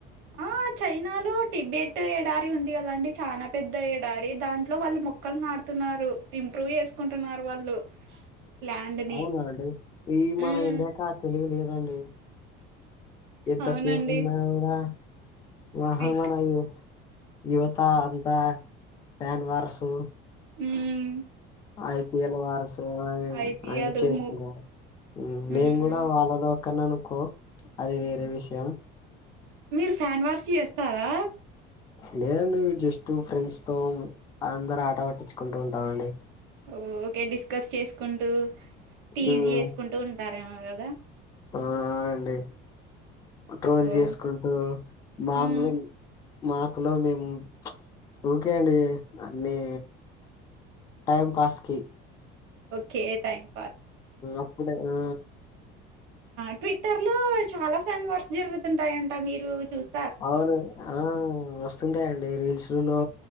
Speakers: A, on the right; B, on the left.
A: ఆ చైనాలో టిబెట్ ఎడారి ఉంది కదండి చానా పెద్ద ఎడారి దాంట్లో వాళ్ళు మొ మొక్కలు నాటుతున్నారు ఇంప్రూవ్ చేసుకుంటున్నారు వాళ్ళు ల్యాండ్ ని
B: అవునా అండి ఈ మన
A: ఉమ్
B: ఇండియా కా తెలివి లేదండి ఎంత
A: అవునండి
B: సేఫ్ ఉన్నా కూడా <unintelligible>
A: ఇక్
B: యువత అంతా fan wars
A: hmm
B: I P L wars
A: ఐపిఎల్
B: అవి చేస్తున్నారు
A: ము
B: మ్మ్ నేను
A: ఉమ్
B: కూడా వాళ్ళలో ఒకననుకో అది వేరే విషయం
A: మీరు ఫ్యాన్ వార్స్ చేస్తారా
B: లేదండి జస్ట్ ఫ్రెండ్స్ తో అందరాట పట్టించుకుంటూ ఉంటామండి
A: ఓ ఓకే డిస్కస్ చేసుకుంటూ టీజ్
B: ఉమ్,
A: చేసుకుంటూ ఉంటారేమో కదా
B: ఆ అండి ట్రోల్
A: ఓ
B: చేసుకుంటూ మామూలు
A: ఉమ్
B: మాకులో మేము ఒకే అండి అన్ని టైం పాస్కి
A: ఓకే టైమ్
B: ఒక్కడే ఆ
A: ఆ ట్విట్టర్ లో చాలా ఫ్యాన్ వార్స్ జరుగుతుంటాయంట మీరు చూస్
B: అవును ఆ వస్ వస్తుంటాయండి రీల్స్లు లో